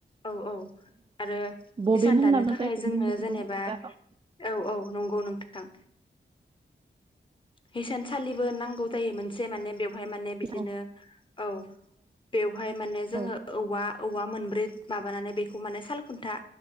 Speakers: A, on the left (about 25°); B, on the right (about 25°).
A: औ औ आरो
B: बबिन
A: हिसान
B: होनना
A: दानो
B: बुङो
A: थाखाय
B: जायखौ
A: जोंङो
B: जों खुन्दुं
A: जेनेबा।
B: थुनग्रा औ
A: औ औ नंगौ नोंथां। हसानसालिबो नांगौ जायो मोनसे माने बेव हाय माने बिदिनो
B: औ औ
A: औ बेवहाय माने जोङो
B: औ
A: औवा औवा मोनब्रै माबानानै बेखौ माने साल खुन्था